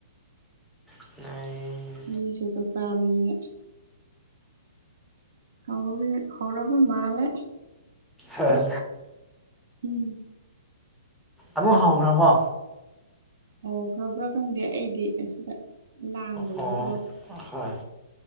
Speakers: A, in the centre; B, on the right (about 70°).
A: ꯇꯥꯏꯑꯦ
B: ꯃꯤꯁꯨ ꯆꯥꯛ ꯆꯥꯕꯅꯤꯅ ꯍꯧꯔꯦ ꯍꯧꯔꯕ ꯃꯥꯂꯦ
A: ꯑꯥ
B: ꯎꯝ
A: ꯑꯃꯨꯛ ꯍꯥꯎꯈ꯭ꯔꯕꯣ
B: ꯍꯧꯈ꯭ꯔꯕ꯭ꯔꯥ ꯈꯪꯗꯦ ꯑꯩꯗꯤ ꯑꯁꯤꯗ ꯂꯥꯡꯕꯒꯤꯀꯣ
A: ꯑꯣ ꯍꯣꯏ